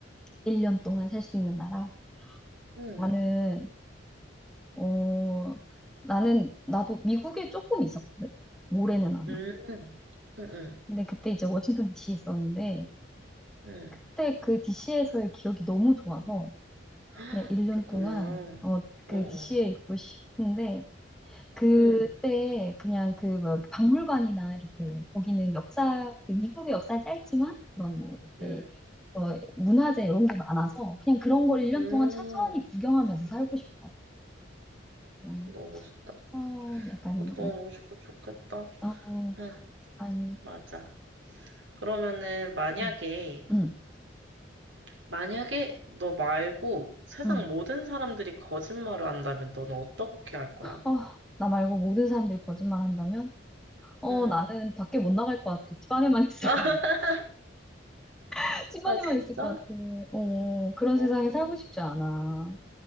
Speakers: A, in the centre; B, on the right (about 85°).
A: 1년 동안 살 수 있는 나라?
B: 응,
A: 나는 어, 나는, 나도 미국에 조금 있었거든. 올해는 아니고.
B: 응, 응, 응,
A: 근데 그때 이제 워싱턴 DC 에 있었는데,
B: 응.
A: 그때 그 DC에서의 기억이 너무 좋아서,
B: 헉,
A: 그냥 1년
B: 그랬구나.
A: 동안, 어, 그
B: 응, 응,
A: DC에 있고 싶은데, 그때
B: 응,
A: 그냥 그, 뭐, 이렇게 박물관이나 이렇게, 왜 거기는 역사, 그 미국의 역사 짧지만, 그런 뭐, 이렇게,
B: 응.
A: 어, 문화재 이런 게 많아서, 그냥 그런 걸 1년
B: 응
A: 동안 천천히 구경하면서 살고 싶어. 그냥,
B: 너무 멋있다.
A: 어, 약간,
B: 그것도 너무 멋있고 좋겠다.
A: 어, 어,
B: 아,
A: 한,
B: 맞아. 그러면은 만약에,
A: 음. 응,
B: 만약에 너 말고 세상
A: 응.
B: 모든 사람들이 거짓말을 한다면 너는 어떻게 할 거야?
A: 어, 나 말고 모든 사람들이 거짓말 한다면? 어,
B: 응.
A: 나는 밖에 못 나갈 것 같아. 집 안에만 <laughs> 있을
B: <laughs>
A: 것 같아. <laughs> 집 안에만
B: 아, 진짜?
A: 있을 것 같아. 어, 그런
B: 어,
A: 세상에 살고 싶지 않아.